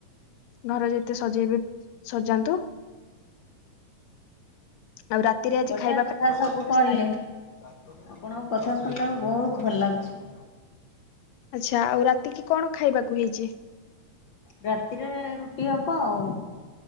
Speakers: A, on the left (about 85°); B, on the left (about 60°).
A: ଘରେ ଯେତେ ସଜେଇବେ ସଜାନ୍ତୁ। ଆଉ ରାତିରେ ଆଜି
B: ବଢ଼ିଆ
A: ଖାଇବା
B: କଥା
A: ପାଇଁ
B: ସବୁ କହିଲେ। ଆପଣଙ୍କ କଥା ଶୁଣିଲା ଅଳୁ ବହୁତ ଭଲ ଲାଗୁଛି।
A: ଆଚ୍ଛା ଆଉ ରାତି କିି କଣ ଖାଇବାକୁ ହେଇଚି?
B: ରାତିରେ ରୁଟି ହବ ଆଉ